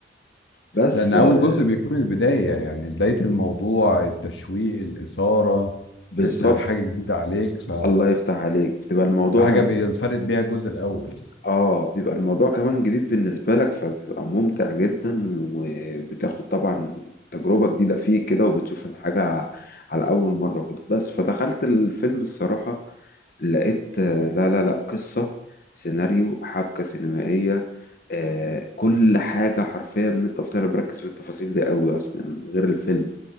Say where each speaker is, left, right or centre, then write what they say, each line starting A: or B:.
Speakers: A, on the left; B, on the left.
A: بس
B: لان اول
A: آه،
B: جزء بيكون البداية يعني بداية الموضوع التشويق الاثارة
A: بالظبط
B: لسه حاجة جديدة عليك ف-
A: الله يفتح عليك بتبقى الموضوع
B: فحاجة بينفرد بيها الجزء الاول
A: اه بيبقى الموضوع كمان جديد بالنسبة لك فبيبقى ممتع جدا وبتاخد طبعا تجربة جديدة فيه كده وبتشوف الحاجة على أول مرة كده. بس فدخلت الفيلم الصراحة لقيت آه، لا لا لا قصة سيناريو حبكة سينمائية آه، كل حاجة حرفيا من التفاصيل أنا بركز في التفاصيل دي قوي أصلا غير الفيلم